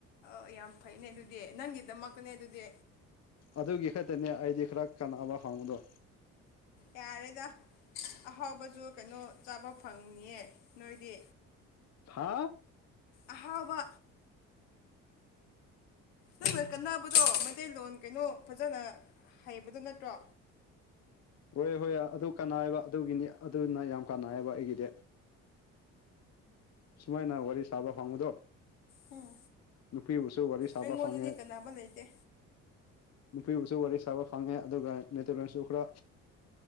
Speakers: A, on the left; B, on the left.
A: ꯑ ꯌꯥꯝ ꯐꯩꯅꯦ ꯑꯗꯨꯗꯤ ꯅꯪꯒꯤꯗꯃꯛꯇꯅꯦ ꯑꯗꯨꯗꯤ
B: ꯑꯗꯨꯒꯤ ꯈꯛꯇꯅꯦ ꯑꯩꯗꯤ ꯈꯔ ꯀꯥꯟꯅꯕ ꯐꯪꯕꯗꯣ
A: ꯌꯥꯔꯦꯗ ꯑꯍꯥꯎꯕꯁꯨ ꯀꯩꯅꯣ ꯆꯥꯕ ꯐꯪꯅꯤꯌꯦ ꯅꯣꯏꯗꯤ
B: ꯍꯥ
A: ꯑꯍꯥꯎꯕ ꯅꯪꯅ ꯀꯟꯅꯕꯗꯣ ꯃꯩꯇꯩꯂꯣꯟ ꯀꯩꯅꯣ ꯐꯖꯅ ꯍꯩꯕꯗꯨꯣ ꯅꯠꯇ꯭ꯔꯣ
B: ꯍꯣꯏ ꯍꯣꯏ ꯑꯗꯨ ꯀꯥꯅꯥꯕ ꯑꯗꯨꯒꯤꯅꯤ ꯑꯗꯨꯅ ꯌꯥꯝ ꯀꯥꯅꯥꯏꯕ ꯑꯩꯒꯤꯗꯤ ꯁꯨꯃꯥꯏꯅ ꯋꯥꯔꯤ ꯁꯥꯕ ꯐꯪꯉꯨꯗꯣ
A: ꯎꯝ
B: ꯅꯨꯄꯤꯕꯨꯁꯨ ꯋꯥꯔꯤ ꯁꯥꯕ
A: ꯑꯩꯉꯣꯟꯗꯗꯤ
B: ꯐꯪꯉꯦ
A: ꯀꯅꯥꯕ ꯂꯩꯇꯦ
B: ꯅꯨꯄꯤꯕꯨꯁꯨ ꯋꯥꯔꯤ ꯁꯥꯕ ꯐꯪꯉꯦ ꯑꯗꯨꯒ ꯃꯩꯇꯩꯣꯟꯁꯨ ꯈꯔ